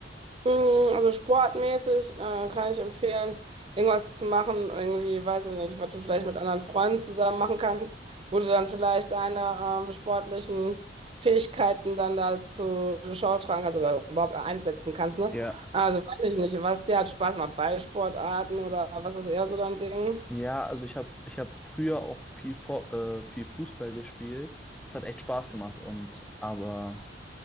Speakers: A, on the right; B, in the centre.
A: Mm, Also sportmäßig äh, kann ich empfehlen, irgendwas zu machen, irgendwie, weiß ich nicht, was du vielleicht mit anderen Freunden zusammen machen kannst, wo du dann vielleicht deine ähm, sportlichen Fähigkeiten dann dazu Schau tragen kannst oder überhaupt einsetzen kannst, ne?
B: Ja,
A: Also weiß ich nicht, was dir hat Spaß macht, Ballsportarten oder was ist eher so dein Ding?
B: ja, also ich habe ich hab früher auch viel, Fu- äh, viel Fußball gespielt. Es hat echt Spaß gemacht und aber